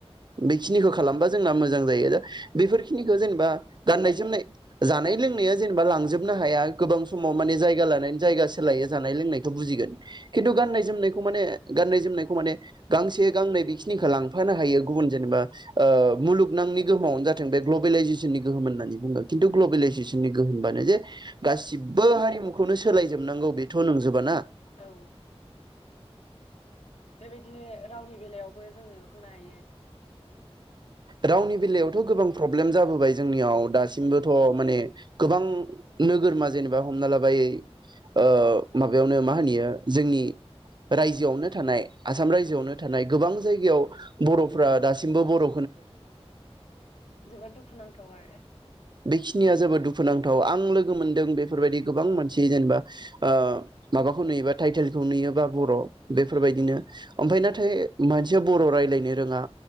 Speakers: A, on the right; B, on the left.
A: बेखिनिखौ खालामबा जोंना मोजां जायो। दा बेफोरखिनिखौ जेनेबा गाननाय जोमनाय जानाय लोंनाया जेनेबा लांजोबनो हाया। गोबां समाव
B: औ
A: माने जायगा लानाय जायगा सोलायो जानाय लोंनायखौ बुजिगोन। खिन्थु गाननाय
B: औ
A: जोमनायखौ माने गाननाय जोमनायखौ माने गांस से गांनै बेखिनिखौ लांफानो हायो गुबुन जेनेबा ओ मुलुगनांनि गोहोमावनो जाथों बे ग्लबेलाइजेसननि गोहोम होननानै बुङो खिन्थु ग्लबेलाइजेसननि गोहोमबानो जे गासिबो हारिमुखौनो सोलायजोबनांगौ बेथ' नंजोबा ना।
B: औ बेबायदिनो रावनि बेलायावबो जोङो बुंनो हायो।
A: रावनि बेलायावथ' गोबां प्रब्लेम जाबोबाय जोंनियाव दासिमबोथ' माने गोबां नोगोरमा जेनेबा हमना लाबाय ओ माबायावनो मा होनो इयो जोंनि रायजोआवनो थानाय
B: औ
A: आसाम रायजोआवनो
B: औ
A: थानाय गोबां जायगायाव
B: उम
A: बर'फ्रा दासिमबो बर'
B: जोबोद दुखुनांथाव आरो
A: बेखिनिया जोबोद दुखुनांथाव। आं लोगो मोनदों बेफोरबायदि गोबां मानसि जेनेबा ओ माबाखौ नुयोबा टाइटेलखौ नुयोबा बर' बेफोरबायदिनो। ओमफ्राय नाथाय मानसिया बर' रायलायनो रोङा